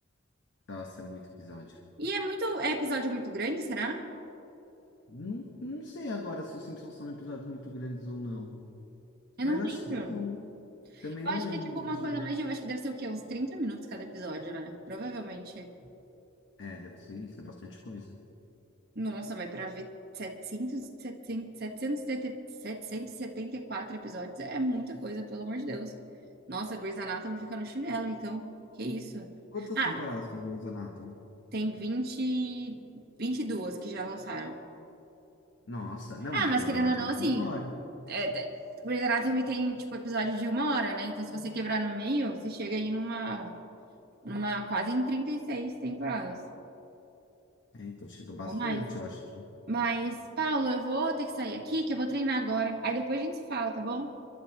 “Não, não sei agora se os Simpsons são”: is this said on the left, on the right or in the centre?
Left